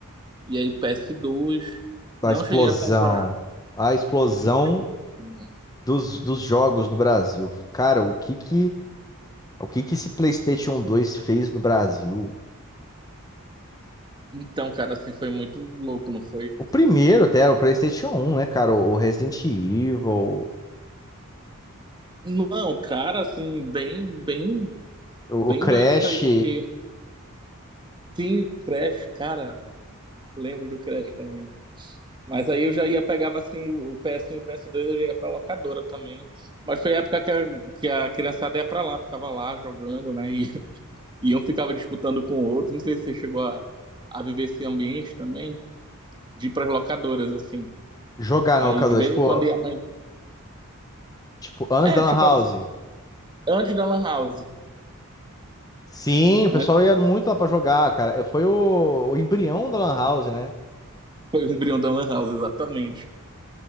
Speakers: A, on the right; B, on the left.
A: e aí o PS2.
B: A
A: Não
B: explosão.
A: cheguei a comprar.
B: A explosão
A: mas, né?
B: dos, dos jogos do Brasil. Cara, o que que, o que que esse PlayStation dois fez no Brasil?
A: Então, cara, assim, foi muito louco, não foi?
B: O primeiro até era o PlayStation 1, né, cara? O Resident Evil, o,
A: Não, cara, assim, bem, bem,
B: o
A: bem
B: Crash,
A: doido isso aí, porque sim, o Crash, cara, lembro do Crash também. Mas aí eu já ia, pegava assim o PS1 e o PS2, eu já ia pra locadora também. Mas foi a época que a, que a criançada ia pra lá, ficava lá jogando, né? E, <laughs> e um ficava disputando com o outro. Não sei se você chegou a, a viver esse ambiente também, de ir pras locadoras, assim.
B: jogar
A: Aí
B: na locadora,
A: de vez
B: tipo,
A: em quando ia a mãe.
B: tipo, antes
A: É,
B: da Lan
A: tipo
B: House.
A: assim, antes da Lan House.
B: Sim, o
A: Antes,
B: pessoal ia muito lá pra jogar, cara. É, Foi o, o embrião da Lan House, né?
A: foi o embrião da Lan House, exatamente.